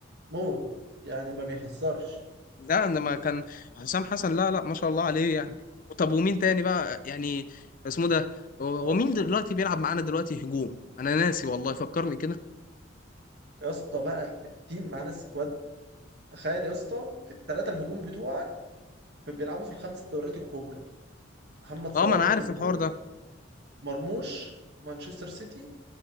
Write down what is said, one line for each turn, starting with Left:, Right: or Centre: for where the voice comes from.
Right: موت يعني ما بيهزرش
Left: لا عندما كان حسام حسن لا لا ما شاء الله عليه يعني طب ومين تاني بقى يعني اسمه ده هو-
Right: هو
Left: ومين دلوقتي بيلعب معانا دلوقتي هجوم انا ناسي والله فكرني كده
Right: يا اسطى بقى التيم معانا سكواد تخيل يا اسطى الثلاثه الهجوم بتوعك بيلعبوا في الخمس دوريات الكبرى محمد صلاح
Left: اه ما انا عارف
Right: ليفربول
Left: الحوار ده
Right: مرموش في مانشستر سيتي